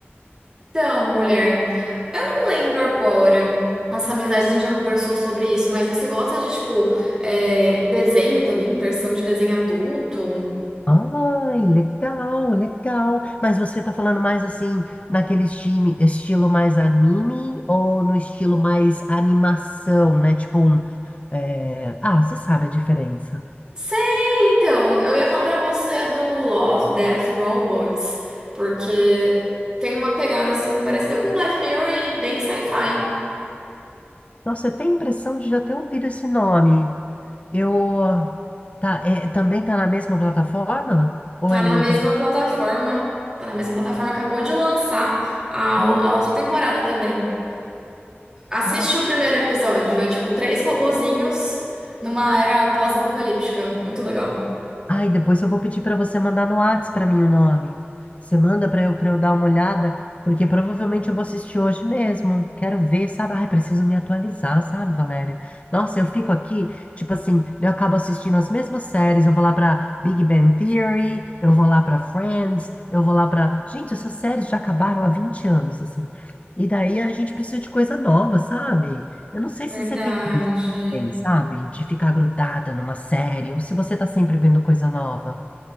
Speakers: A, on the right (about 15°); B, on the left (about 30°).
A: Então, mulher, eu lembro agora. Nossa amizade, a gente já conversou sobre isso, mas você gosta de, tipo, é, desenho também? Versão de desenho adulto?
B: Ai, legal, legal. Mas você tá falando mais assim, naquele time, estilo mais anime ou no estilo mais animação, né? Tipo um. é, Ah, você sabe a diferença.
A: Sei, então, eu ia falar pra você do Love, Death, Robots, porque tem uma pegada assim parecida com Black Mirror e bem sci-fi.
B: Nossa, eu tenho a impressão de já ter ouvido esse nome. Eu. Tá, é, também tá na mesma plataforma? Ou
A: Tá
B: é
A: na
B: em
A: mesma
B: outra?
A: plataforma, tá na mesma plataforma, acabou de lançar a, a
B: Ai,
A: outra temporada também. Assiste
B: nossa.
A: o primeiro episódio, é tipo três robozinhos numa era pós-apocalíptica, muito legal.
B: Ai, depois eu vou pedir para você mandar no Whats para mim o nome. Você manda para eu, para eu dar uma olhada, porque provavelmente eu vou assistir hoje mesmo. Quero ver, sabe? Ai, preciso me atualizar, sabe, Valéria? Nossa, eu fico aqui, tipo assim, eu acabo assistindo as mesmas séries. Eu vou lá para Big Bang Theory, eu vou lá para Friends, eu vou lá para. Gente, essas séries já acabaram há 20 anos, assim. E daí a gente precisa de coisa nova, sabe? Eu não sei
A: Verdade.
B: se você tem tem, sabe? De ficar grudada numa série, ou se você tá sempre vendo coisa nova.